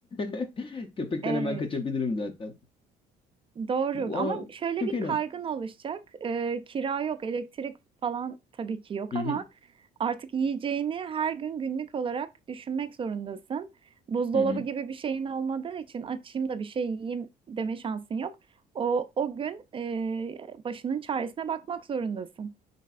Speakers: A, on the left; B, on the right.
A: <laughs> Köpekten
B: Evet.
A: hemen kaçabilirim zaten.
B: Doğru
A: Aa,
B: ama şöyle
A: çok
B: bir
A: eğlenceli.
B: kaygın oluşacak. Ee, kira yok, elektrik falan tabii ki yok
A: hı
B: ama
A: hı,
B: artık yiyeceğini her gün günlük olarak düşünmek zorundasın. Buzdolabı
A: hı hı.
B: gibi bir şeyin olmadığı için açayım da bir şey yiyeyim deme şansın yok. O, o gün e, başının çaresine bakmak zorundasın.